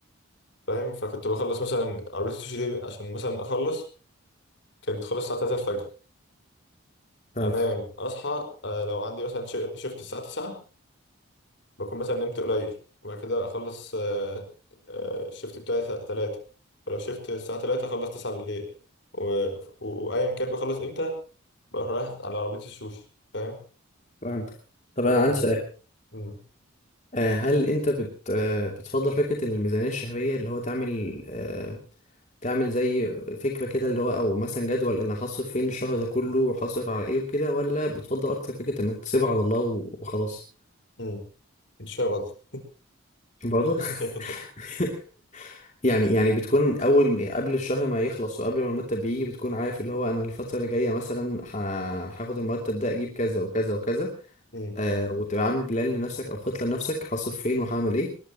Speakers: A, on the left; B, on the left.
A: فاهم فكنت بخلص مثلا عربيه السوشي دي عشان مثلا اخلص كانت بتخلص الساعه 3 الفجر
B: فهمتك
A: انام اصحى آه لو عندي مثلا شيفت الساعه 9 بكون مثلا نمت قليل وبعد كده اخلص آه، آه، الشيفت بتاعي الساعة 3 ولو شيفت الساعة 3 اخلص 9 بالليل و... و... وايا كان بخلص امتى بروح رايح على عربية السوشي فاهم
B: فهمتك طب
A: فكان
B: انا عندي سؤال
A: مم.
B: آه، هل انت بت آه، بتفضل فكرة الميزانية الشهرية اللي هو تعمل آه، تعمل زي فكرة كده اللي هو او مثلا جدول انا هصرف فين الشهر ده كله وهصرف على ايه وكده ولا بتفضل اكتر فكرة انك تسيبها على الله و- وخلاص
A: مم. انت فاهم قصدي
B: برضه
A: <laughs>
B: <laughs> يعني يعني بتكون اول قبل الشهر ما يخلص وقبل ما المرتب بيجي بتكون عارف اللي هو انا الفترة اللي جاية مثلا ه- هاخد المرتب ده اجيب كذا وكذا وكذا
A: مم.
B: آه وتبقى عامل بلان لنفسك او خطه لنفسك هصرف فين وهعمل ايه